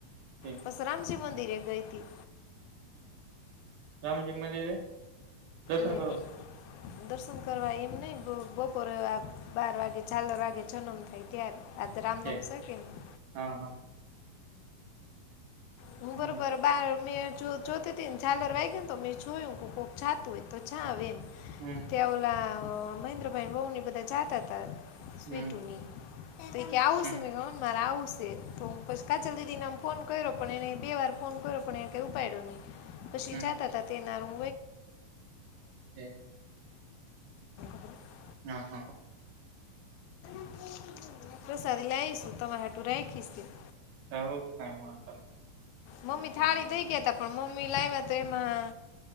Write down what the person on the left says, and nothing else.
બસ રામજી મંદિર. ત્યાં ગઈતી.
લે
દર્શન કરવા એમ નહિ બ બપોરે બાર વાગે ઝાલર વાગે જન્મ થાય ત્યારે. આજ રામનવમી
સે કે નહીં.
<unintelligible>
બાર મે જો જોતી થી ન ઝાલર વાઈગી ને તો મેં જોયું કે કોક જાતું હોય તો જાવ એમ.
તેવલા. મહેન્દ્રભાઈ ન વહુ ને એ બધા જાતા તા. સ્વીટુની
તો કે આવું
સ મે કીધું મારે આવું સ. તો પછી કાજલ દીદી ને અમ ફોન કર્યો. પણ એને બે વાર ફોન કર્યો પણ એન કંઈ ઉપાડ્યો નહીં. પછી
જાતા હતા તેના <inaudible>
<unintelligible> <unintelligible>
<inaudible> પ્રસાદી લાઈશું તમારા આટું રાયખી સે.
મમ્મી થાળી દઈ ગયા તા પણ મમ્મી લાયવા તો એમાં